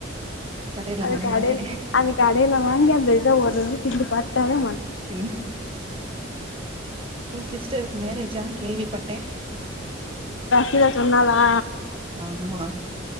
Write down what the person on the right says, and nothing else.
கடையில
வாங்குனாலே
தின்ன ஒரு சிஸ்டர் மேரேஜா கேள்விப்பட்டே
ஆமா